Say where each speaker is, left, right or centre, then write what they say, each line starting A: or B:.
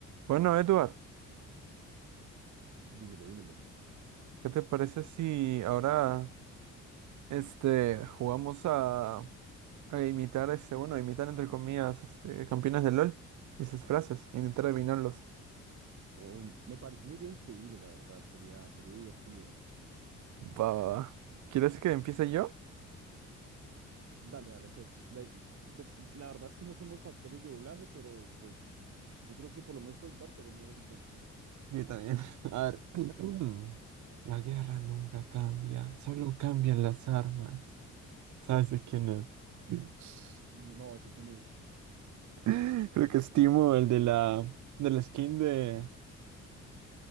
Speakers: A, on the right; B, on the right.
A: Bueno, Edward,
B: Dímelo, dímelo.
A: ¿qué te parece si ahora este jugamos a, a imitar este, bueno, a imitar entre comillas, este, campeones de LOL y sus frases, intentar adivinarlos?
B: Oh, me parece una idea increíble, la verdad. Sería, sería divertido.
A: Va, va, va. ¿Quieres que empiece yo?
B: Dale, dale, pues la, pues la verdad es que no somos actores de doblaje, pero pues yo creo que por lo menos por mi parte era el mejor intento.
A: Yo también. <laughs> A ver. <clears throat> La guerra nunca cambia, solo cambian las armas. ¿Sabes de quién es? <clears throat>
B: No, ese quién es.
A: <laughs> Creo que es Timo, el de la, de la skin de...